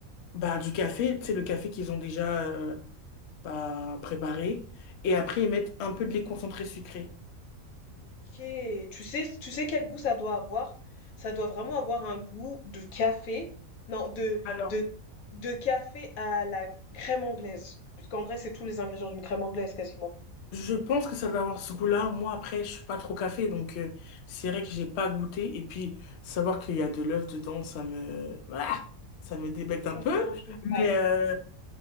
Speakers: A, on the left; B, on the left.
A: bah, du café, tu sais, le café qu'ils ont déjà euh, bah, préparé. Et après, ils mettent un peu de lait concentré sucré.
B: Ok, tu sais, tu sais quel goût ça doit avoir? Ça doit vraiment avoir un goût de café. Non, de,
A: Alors,
B: de, de café à la crème anglaise. Parce qu'en vrai, c'est tous les ingrédients d'une crème anglaise quasiment.
A: je pense que ça doit avoir ce goût-là. Moi, après, je suis pas trop café, donc euh, c'est vrai que j'ai pas goûté. Et puis, savoir qu'il y a de l'œuf dedans, ça me... voilà, ça me débecte un
B: Je
A: peu.
B: comprends, je comprends.
A: Mais, euh,